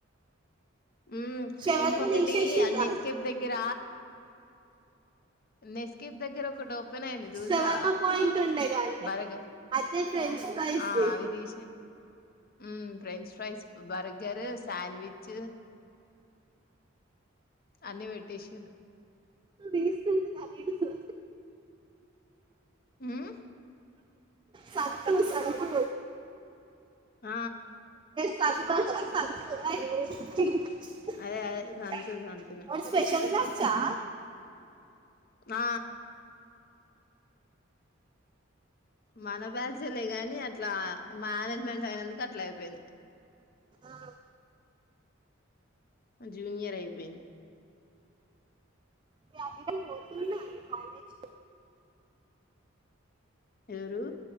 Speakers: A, on the left; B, on the right.
A: ఉమ్
B: షాప్
A: ఇంకొకటి
B: తేసేసిండ్రా
A: నెస్కేప్ దగ్గర నెస్కేఫ్ దగ్గర ఒకటి ఓపెన్ అయింది చూసావా
B: షవర్మ పాయింట్ ఉండే గాని
A: బర్గర్
B: అదే ఫ్రెంచ్ ఫ్రైస్
A: ఆ
B: ది
A: అవి తేసి ఉం ఫ్రెంచ్ ఫ్రైస్ బర్గ గర్ సాండ్విచ్ అన్ని పెట్టేసిర్రు
B: వేస్ట్డి కదిడు <inaudible>
A: ఉహ్
B: సంతూ సంతూ
A: ఆ
B: సంతోష్ కీ సాదు <inaudible>
A: అదే అదే సంతు సంతునే
B: వాడు స్పెషల్ బ్యాచ్ ఆ
A: ఆ మన బ్యాచ్ హే లే గాని అట్లా మేనేజ్మెంట్ అయినందుకు అట్లా అయిపోయింది
B: ఆ
A: జూనియర్ అయిపోయింది
B: ఈ అఖిల పోతుండా కాలేజ్
A: ఎవరు